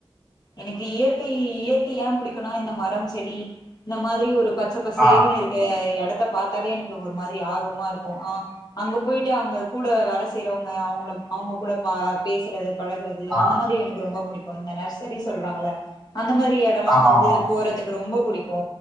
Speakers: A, on the left; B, in the centre.
A: எனக்கு இயற்கை இயற்கை ஏ புடிக்குனா இந்த மரம் செடி இந்த மாதிரி ஒரு பச்ச பசேல்னு
B: ஆ,
A: இருக்க எடத்த பாத்தாலே எனக்கு ஒரு மாதிரி ஆர்வமா இருக்கு ஆ அங்க போயிட்டு அவுங்க கூட வேல செய்றவங்க அவுங்கள அவுங்க கூட ப பேசுறது பழகுறது
B: ஆ,
A: அந்த மாறி எனக்கு ரொம்ப புடிக்கு இந்த நர்சரி சொல்றாங்கள அந்த மாறி எட ல்லா
B: ஆமாமாமா.
A: வந்து போறதுக்கு ரொம்ப புடிக்கு